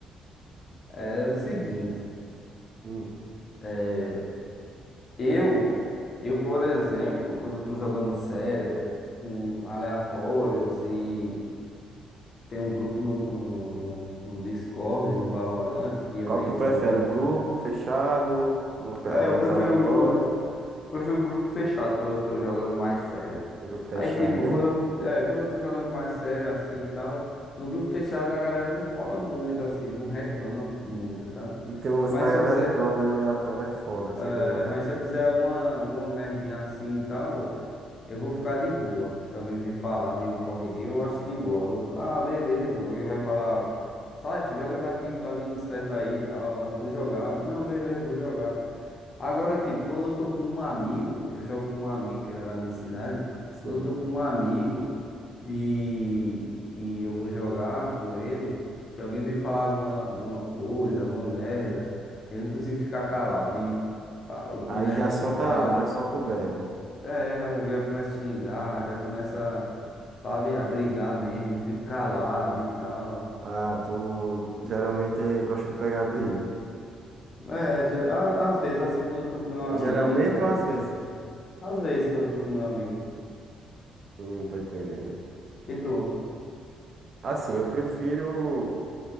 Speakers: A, on the left; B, on the right.
A: É o seguinte.
B: Hum.
A: é, Eu, eu, por exemplo, quando eu tô jogando sério, com aleatórios e tem um grupo no, no, no, no Discord, no Valorant, que eu
B: Qual
A: entro
B: que tu prefere?
A: com o time.
B: O grupo fechado? o ape-
A: É,
B: eh,
A: eu prefiro
B: Os aleatórios?
A: o, gru- o- prefiro o grupo fechado quando eu tô jogando mais sério.
B: O grupo fechado,
A: Aí, tipo,
B: né?
A: quando eu, é, quando eu tô jogando mais sério assim e tal, no grupo fechado a galera não fala muito, assim, não reclama muito, tá?
B: E tem um lance
A: Mas
B: da galera
A: se eu fizer,
B: troll, né? Aleatório é foda, eu sei
A: é,
B: como é.
A: mas se eu fizer alguma, alguma merdinha assim e tal. Eu vou ficar de boa. Se alguém vir falar, vir me corrigir, eu acho de boa. Eu- vou, ah, beleza. Alguém vai falar, sai, filho, joga daqui, não tá dando certo aí e tal. Eu vou jogar. Não, beleza, vou jogar. Agora, tipo, quando eu tô com um amigo, que eu jogo com um amigo, que ele é da minha cidade,
B: Sim.
A: quando eu tô com um amigo e, e eu vou jogar com ele, que alguém vem falar alguma, alguma coisa, alguma merda, eu não consigo ficar calado. E pá, eu começo
B: Aí já
A: a xingar.
B: solta, já solta o verbo.
A: É, já, já começa a xingar, já começa, sabe, a brigar mesmo, não fica calado e tal.
B: Ah, tu geralmente gosta de pegar briga.
A: É, já- a- às vezes, assim, quando eu tô com meu amigo,
B: Geralmente ou às vezes?
A: às vezes quando eu tô com meu amigo.
B: Hum, Não tô entendendo.
A: E tu?
B: Assim, eu prefiro